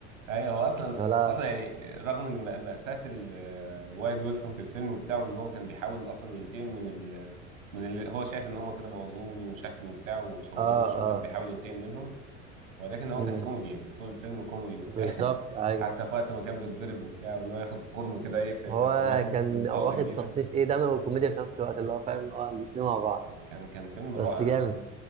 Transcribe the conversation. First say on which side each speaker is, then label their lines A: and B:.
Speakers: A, on the right (about 85°); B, on the right (about 20°).
A: ايوه هو اصلا
B: فلا
A: اصلا يعني رغم من مأ- مأساة ال- آه، وايد ويلسون في الفيلم وبتاعه ان هو كان بيحاول اصلا ينتقم من ال من اللي هو شايف ان هم كده بوظوه له شكله وبتاع وشوهوا
B: اه
A: له وشه
B: اه
A: كان بيحاول ينتقم منهم ولكن هو
B: امم
A: كان كوميدي يعني طول الفيلم كوميدي وبتاع
B: بالظبط
A: <laughs>
B: ايوه
A: حتى في وقت ما كان بيتضرب وبتاع وان هو ياخد خرم كده ايه في,
B: هو
A: في, في بطنه
B: كان
A: من طلقة
B: واخد
A: كبيرة
B: تصنيف ايه دموي وكوميديا في نفس الوقت اللي هو فاهم اللي هو الاتنين مع بعض
A: كان كان فيلم رائع
B: بس جامد